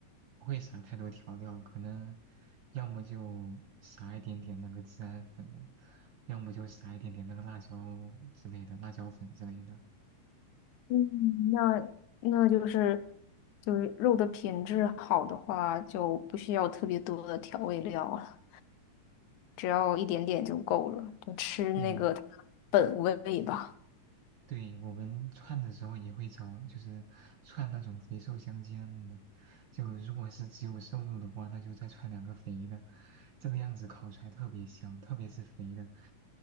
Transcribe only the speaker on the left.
嗯，那那就是就是肉的品质好的话，就不需要特别多的调味料了。只要一点点就够了，就吃那个它的本味吧。